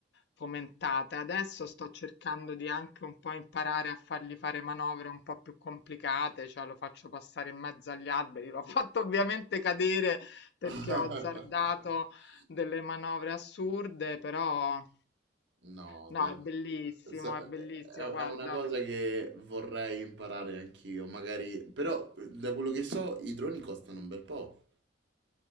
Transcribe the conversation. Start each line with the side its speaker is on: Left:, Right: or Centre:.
Left: fomentata. Adesso sto cercando di anche un po' imparare a fargli fare manovre un po' più complicate, cioè lo faccio passare in mezzo agli alberi. L'ho <laughs> fatto ovviamente cadere perché
Right: <laughs>
Left: ho azzardato delle manovre assurde, però
Right: No,
Left: no,
Right: bello.
Left: è bellissimo,
Right: Sa-
Left: è bellissimo,
Right: È è
Left: guarda.
Right: una cosa che vorrei imparare anch'io, magari, però da quello che so i droni costano un bel po'.